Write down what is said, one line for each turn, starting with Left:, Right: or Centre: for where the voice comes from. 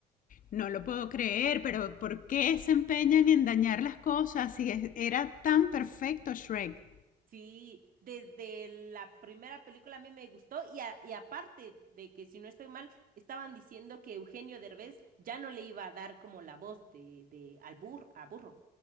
Left: no lo puedo creer, pero ¿por qué se empeñan en dañar las cosas si es- era tan perfecto Shrek?
Right: Sí, desde la primera película a mí me gustó y, a- y aparte de que si no estoy mal, estaban diciendo que Eugenio Derbez ya no le iba a dar como la voz de, de al bur- a burro.